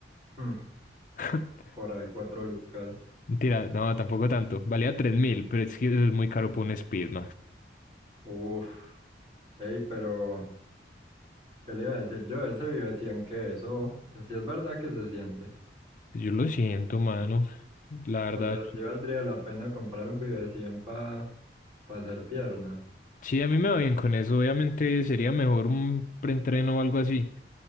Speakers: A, on the right; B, on the left.
A: Mm,
B: <laughs>
A: por ahí cuatro lucas.
B: Mentira, no, tampoco tanto. Valía 3.000, pero es que eso es muy caro por un Speed,
A: Uf, hey, pero ¿qué le iba a decir yo? Ese Vivacien que eso, si es verdad que se siente.
B: Yo lo siento, mano. La verdad,
A: O sea, sí valdría la pena comprar un Vivacien para hacer pierna.
B: sí, a mí me va bien con eso. Obviamente sería mejor un preentreno o algo así.